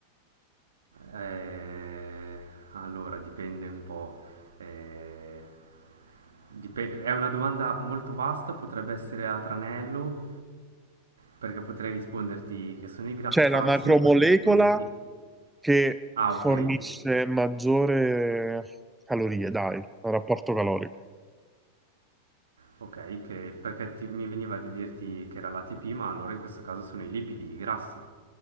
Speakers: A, on the right; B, in the centre.
A: Eh, allora, dipende un po'. eh, dipe- è una domanda molto vasta, potrebbe essere a tranello, perché potrei risponderti che sono i grassi
B: Cioè la macromolecola
A: o potrei risponderti...
B: che
A: Ah,
B: fornisce
A: ok,
B: maggiore calorie, dai, al rapporto calorico.
A: ok, che- perché ti- mi veniva da dirti che era l'ATP, ma allora in questo caso sono i lipidi, i grassi,